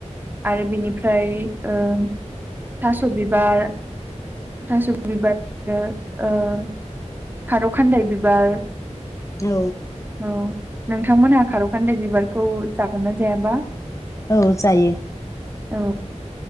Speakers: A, on the right; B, on the left.
A: आरो बिनिफ्राय ओ थास' बिबार थास' बिबार आरो ओ खारौ खान्दाय बिबार
B: औ
A: औ नोंथांमोनहा खार'खान्दै बिबारखौ जागोन ना जायाबा?
B: औ जायो।
A: औ